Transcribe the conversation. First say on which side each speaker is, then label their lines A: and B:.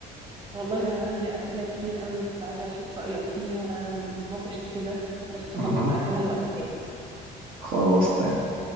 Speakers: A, on the right; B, on the right.
A: والله ده انا عندي اسئله كتير قوي كنت عايزه اشوف رايك فيها ونتناقش كده بس
B: أها
A: خلاص ناجلها لوقت تاني
B: خلاص تمام